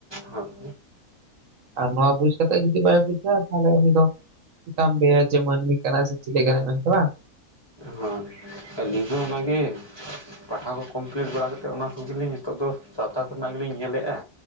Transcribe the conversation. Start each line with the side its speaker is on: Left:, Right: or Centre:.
Left: ᱦᱳᱭ
Right: ᱟᱨ ᱱᱚᱣᱟ ᱵᱩᱡ ᱠᱟᱛᱮ ᱡᱩᱫᱤ ᱵᱟᱭ ᱵᱩᱡᱼᱟ ᱛᱟᱦᱚᱞᱮ ᱩᱱᱤ ᱫᱚ ᱪᱮᱠᱟᱢ ᱞᱟ. ᱭᱟ ᱡᱮ ᱢᱟᱹᱱᱢᱤ ᱠᱟᱱᱟᱭ ᱥᱮ ᱪᱤᱞᱤ ᱠᱟᱱᱟᱭ ᱢᱮᱱᱛᱮ ᱵᱟᱝ
Left: ᱦᱳᱭ ᱟᱹᱞᱤᱧ ᱦᱚᱸ ᱚᱱᱟ ᱜᱮ ᱯᱟᱲᱦᱟᱣ ᱠᱚ ᱠᱚᱢᱯᱤᱞᱤᱴ ᱵᱟᱲᱟ ᱠᱟᱛᱮᱫ ᱚᱱᱟ ᱠᱚᱜᱮᱞᱤᱧ ᱱᱤᱛᱚᱜ ᱫᱚ ᱥᱟᱶᱛᱟ ᱠᱚᱨᱮᱱᱟᱜ ᱜᱮᱞᱤᱧ ᱧᱮᱞᱮᱫᱼᱟ